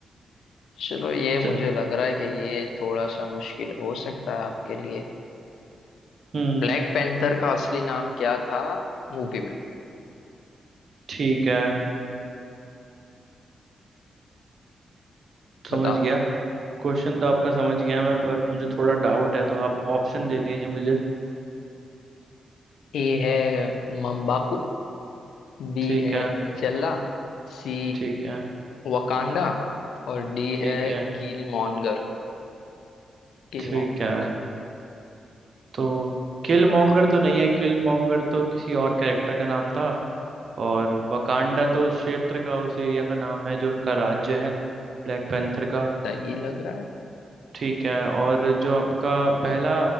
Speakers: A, on the left; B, on the right.
A: चलो ये
B: च-
A: मुझे लग रहा है कि ये थोड़ा सा मुश्किल हो सकता है आपके लिए
B: हम्म
A: ब्लैक पैंथर का असली नाम क्या था मूवी में
B: ठीक है समझ
A: बताओ
B: गया क्वेश्चन तो आपका समझ गया मैं पर मुझे थोड़ा डाउट है तो आप ऑप्शन दे दीजिए मुझे
A: ए है मम्बाकू बी
B: ठीक
A: है
B: है
A: टिचल्ला सी
B: ठीक है
A: वकांडा और डी
B: ठीक
A: है
B: है
A: कील मॉन्गर कील
B: ठीक
A: मॉन्गर
B: है तो किल मॉन्गर
A: बताओ
B: तो नहीं है किल मॉन्गर तो किसी और कैरेक्टर का नाम था और वकांडा तो उस क्षेत्र का उस एरिया का नाम है जो उनका राज्य है ब्लैक पैंथर का
A: सही लग रहा है
B: ठीक है और जो आपका पहला